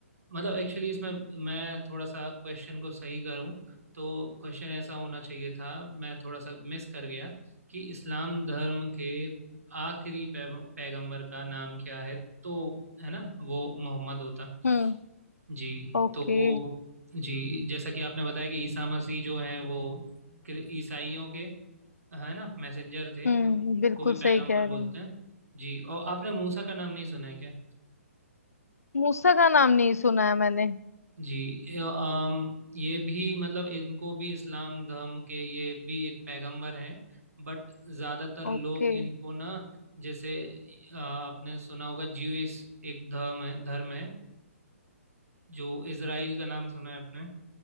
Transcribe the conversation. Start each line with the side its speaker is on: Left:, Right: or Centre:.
Right: मतलब एक्चुअली इसमें मैं थोड़ा सा क्वेश्चन को सही करूं तो क्वेश्चन ऐसा होना चाहिए था मैं थोड़ा सा मिस कर गया कि इस्लाम धर्म के आखिरी पैगं- पैगंबर का नाम क्या है तो है ना वो मोहम्मद होता
Left: हम्म
Right: जी
Left: ओके
Right: तो जी जैसा कि आपने बताया कि ईसा मसीह जो हैं वो क्रि- ईसाइयों के है ना मैसेंजर थे
Left: हम्म
Right: उनको
Left: बिल्कुल
Right: भी पैगंबर
Left: सही कह रहे
Right: बोलते
Left: हैं
Right: हैं जी और आपने मूसा का नाम नहीं सुना है क्या
Left: मूसा का नाम नहीं सुना है मैंने
Right: जी ये, अम, ये भी मतलब इनको भी इस्लाम धर्म के ये भी एक पैगंबर हैं बट ज़्यादातर लोग
Left: ओके
Right: इनको ना जैसे अ, आपने सुना होगा ज्यूइश एक धर्म है धर्म है जो इजराइल का नाम सुना है आपने